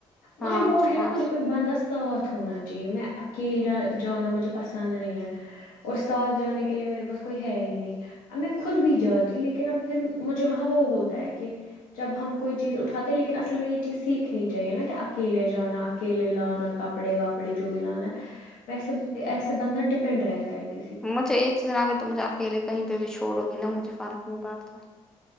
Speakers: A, in the centre; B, on the left.
A: ہاں
B: مجھے وہ
A: کچھ
B: ہے
A: پانچ
B: نا مجھے کوئی بندست ساتھ ہونا چاہیے میں اکیلا جانا مجھے پسند نہیں ہے اور ساتھ جانے کے لیے میرے پاس کوئی ہے ہی نہیں اب میں خود بھی جاتی ہ لیکن اب پھر مجھے وہاں وہ ہوتا ہے کہ جب ہم کوئی چیز اٹھاتے لیکن اصل میں یے چیز سیکھنی چاہیے نا کہ کیلے جانا اکیلے لانا کپڑے واپڑے جو بھی لانا ہے ویسے ایسا بندہ ڈپینڈ رہتا ہے کسی پہ
A: مجھے ایک چیز نا اگر تو مجھے اکیے کہیں پے بھی چھوڑو گی نا مجھے فرق نہیں پڑتا